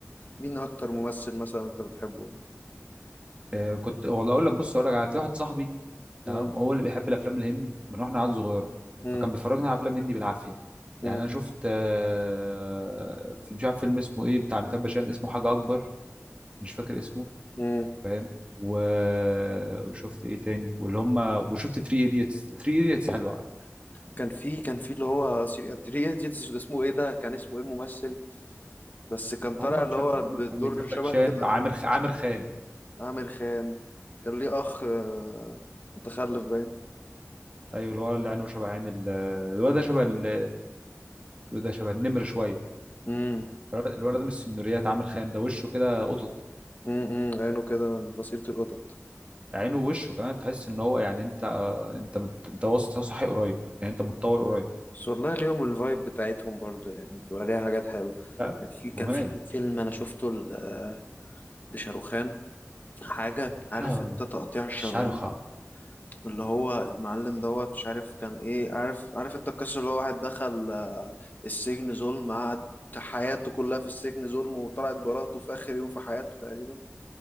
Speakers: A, on the left; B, on the right.
A: مين اكتر ممثل مثلا انت بتحبه
B: آه، كنت والله اقول لك بص اقول لك على في واحد صاحبي
A: مم.
B: تمام هو اللي بيحب الافلام الهندي من واحنا عيال صغيره
A: مم.
B: فكان بيفرجنا على افلام هندي بالعافيه
A: مم.
B: يعني انا شفت آه، في- مش عارف فيلم اسمه ايه بتاع ميتاب باشان اسمه حاجه اكبر مش فاكر اسمه
A: مم.
B: فاهم و- وشفت ايه تاني واللي هم وشفت 3 ايديتس 3 ايديتس حلو على فكره
A: كان في كان في اللي هو سيري تري- دي دي- ده اسمه ايه ده كان اسمه ايه الممثل بس كان طالع
B: هم
A: اللي
B: مش
A: هو
B: عارف هم
A: بالدور
B: اميتاب
A: شبه
B: باتشان
A: كده
B: عامر
A: رضا كده.
B: خ... عامر خان
A: عامر خان كان ليه اخ آه، متخلف باين
B: ايوه الولد اللي عينه شبه عين ال- الولد ده شبه ال... الولد ده شبه النمر شويه
A: امم
B: الولد ده من السنوريات عامر خان ده وشه كده قططي
A: امم عينه كده من فصيلة القطط
B: عينه ووشه كمان تحس ان هو يعني انت انت مت... انت وسط صحي قريب يعني انت متطور قريب
A: بس والله اليوم الفايب بتاعتهم برضه يعني بتبقى ليها حاجات حلوة
B: لا
A: كان في كان
B: وماله
A: في فيلم أنا شفته ل- آه، لشاروخان حاجة عارف
B: آه،
A: أنت تقطيع الشرايين
B: شرخة
A: اللي هو المعلم دوت مش عارف كان إيه عارف عارف أنت القصة اللي هو واحد دخل آه، السجن ظلم قعد حياته كلها في السجن ظلم وطلعت براءته في آخر يوم في حياته تقريبا